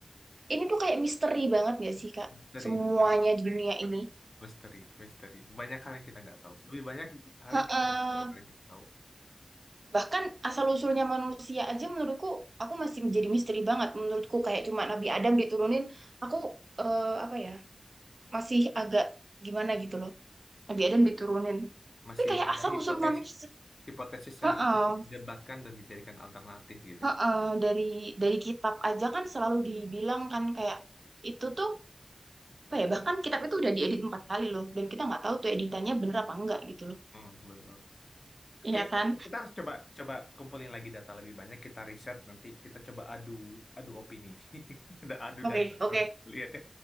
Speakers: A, on the right; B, on the left.
A: ini tuh kayak misteri banget gak sih Kak
B: Misteri,
A: semuanya
B: misteri,
A: di dunia ini
B: misteri, misteri. Banyak hal yang kita nggak tahu. Lebih banyak hal
A: Heeh.
B: yang kita nggak tahu daripada yang kita tahu.
A: bahkan asal usulnya manusia aja menurutku aku masih menjadi misteri banget menurutku kayak cuma Nabi Adam diturunin aku eh, apa ya masih agak gimana gitu loh Nabi Adam diturunin
B: Masih
A: tapi kayak
B: ada
A: asal
B: hipotesis,
A: usul manusia
B: hipotesis
A: Heeh.
B: yang bisa didebatkan dan dijadikan alternatif gitu
A: Heeh,
B: ya.
A: dari dari kitab aja kan selalu dibilang kan kayak itu tuh apa ya bahkan kitab itu udah diedit empat kali loh dan kita nggak tahu tuh editannya bener apa enggak gitu loh
B: Hmm, betul.
A: iya
B: Kayaknya
A: kan
B: kita harus coba coba kumpulin lagi data lebih banyak. Kita riset nanti kita coba adu adu opini, <laughs> ada adu
A: oke
B: data.
A: oke
B: Lihat. ya.